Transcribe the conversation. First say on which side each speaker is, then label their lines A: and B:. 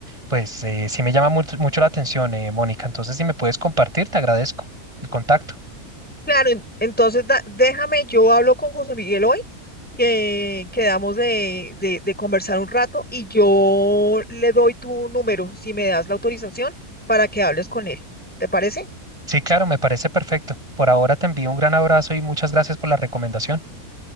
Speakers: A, on the right; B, in the centre.
A: pues eh, sí me llama mu- mucho la atención, eh, Mónica. Entonces, si me puedes compartir, te agradezco el contacto.
B: Claro, en- entonces da- déjame, yo hablo con José Miguel hoy, que quedamos de, de, de conversar un rato y yo le doy tu número, si me das la autorización, para que hables con él. ¿Te parece?
A: Sí, claro, me parece perfecto. Por ahora te envío un gran abrazo y muchas gracias por la recomendación.